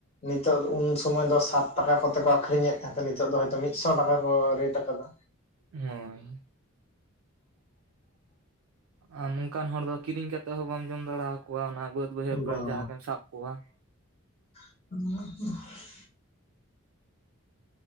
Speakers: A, on the left (about 30°); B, on the right (about 80°).
A: ᱱᱤᱛᱚᱜ ᱩᱱ ᱥᱢᱚᱭ ᱫᱚ ᱥᱟᱛ ᱴᱟᱠᱟ ᱠᱚᱛᱮ ᱠᱚ ᱟᱠᱷᱨᱤᱧᱮᱫ ᱛᱟᱦᱮᱸ ᱱᱤᱛᱚᱜ ᱫᱚ ᱢᱤᱫᱥᱚ ᱴᱟᱠᱟ ᱠᱚ ᱨᱮᱴ ᱟᱠᱟᱫᱟ
B: ᱦᱳᱭ ᱟᱨ ᱱᱚᱝᱠᱟᱱ ᱦᱚᱲ ᱫᱚ ᱠᱤᱨᱤᱧ ᱠᱟᱛᱮ ᱦᱚᱸ ᱵᱟᱢ ᱡᱚᱢ ᱫᱟᱲᱣᱟᱠᱚᱣᱟ ᱚᱱᱟ ᱵᱟᱹᱫᱽ ᱵᱟᱹᱭᱦᱟᱹᱲ ᱠᱚᱨᱮ
A: ᱵᱟᱝ
B: ᱡᱟᱦᱟᱸ ᱜᱮᱮᱢ ᱥᱟᱵ ᱠᱚᱣᱟ
A: ᱦ ᱦᱸ <unintelligible>